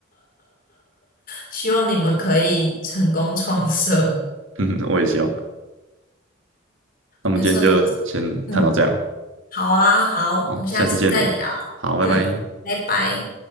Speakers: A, on the left; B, on the right.
A: 希望你们可以成功创社，
B: <laughs> 嗯，我也希望。那我们今天就先谈到这样了，
A: 跟社团。嗯，好啊，好，
B: 好，
A: 我们下次再聊。
B: 下次见，好，拜拜。
A: 嗯，拜拜。